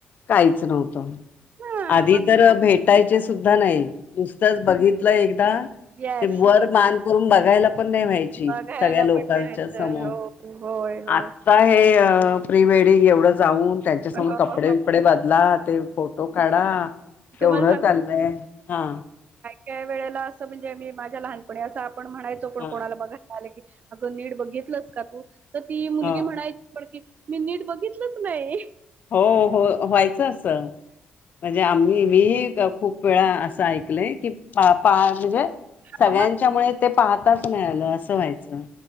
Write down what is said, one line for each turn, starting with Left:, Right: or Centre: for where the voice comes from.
Left: काहीच नव्हत
Right: हा
Left: आधी
Right: मग
Left: तर
Right: आता
Left: भेटायचे नाही नुसतच बघितलं एकदा
Right: येस
Left: वर मान करून बघाय पण नाही व्हायची
Right: बघायला
Left: सगळ्या लोकांच्या
Right: पण नाही
Left: समोर
Right: हो होय होय
Left: आजता <unintelligible> हे प्री वेडिंग एवढं जाऊन त्यांच्या समोर
Right: हो,
Left: कपडे
Right: हो.
Left: विपडे बदला ते फोटो काढा केवढ
Right: तुम्हाला
Left: चाललंय हा
Right: त्या वेळेला असं म्हणजे मी माझ्या लहानपणी असं आपण म्हणायचो पण
Left: हा
Right: कोणाला बघायला आलं की अगं नीट बघितलंस का तू तर ती मुलगी
Left: हा
Right: म्हणायची पण की मी नीट बघितलंच नाही
Left: हो हो व्हायचं अस म्हणजे आम्ही ही खूप वेळा अस क <unintelligible> म्हणजे
Right: हां,
Left: सगळ्यांच्या
Right: मग
Left: मुळे ताच <unintelligible> नाही आलं असं व्हायचं